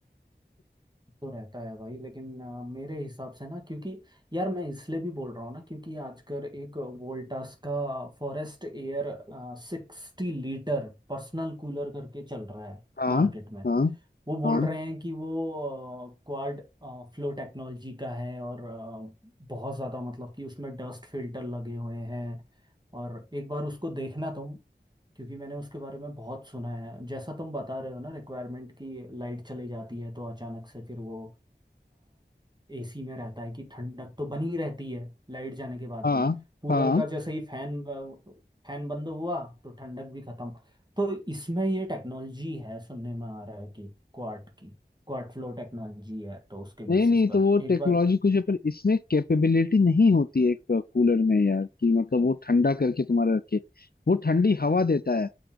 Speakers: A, on the right (about 25°); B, on the left (about 55°).
A: तो रहता है भाई लेकिन अ, मेरे हिसाब से ना क्योंकि यार मैं इसलिए भी बोल रहा हूँ ना क्योंकि आजकल एक वोल्टास का forest air सिक्सटी litre personal cooler करके चल रहा है
B: हाँ
A: मार्केट में
B: हाँ
A: वो बोल
B: हाँ
A: रहे हैं कि वो क्वाड फ्लो टेक्नोलॉजी का है और अ, बहुत ज़्यादा मतलब कि उसमें डस्ट फिल्टर लगे हुए हैं और एक बार उसको देखना तुम क्योंकि मैंने उसके बारे में बहुत सुना है जैसा तुम बता रहे हो ना रिक्वायरमेंट की लाइट चली जाती है तो अचानक से फिर वो एसी में रहता है कि ठंडक तो बनी रहती है लाइट जाने के बाद
B: हाँ
A: भी कूलर
B: हाँ
A: का जैसे ही फैन फैन बंद हुआ तो ठंडक भी खत्म तो इसमें ये टेक्नोलॉजी है सुनने में आ रहा है कि क्वार्ट की क्वार्ट फ्लो टेक्नोलॉजी है तो उसके
B: नहीं
A: बेसिस
B: नहीं
A: पर
B: तो वो
A: एक
B: टेक्नोलॉजी
A: बार
B: कुछ है पर इसमें कैपेबिलिटी नहीं होती है एक कूलर में यार कि मतलब वो ठंडा करके तुम्हारा रखे वो ठंडी हवा देता है